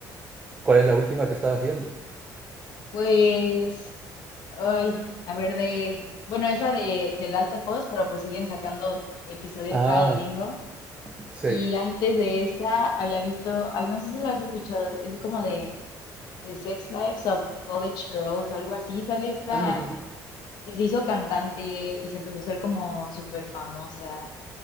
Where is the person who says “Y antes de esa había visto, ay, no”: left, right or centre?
Left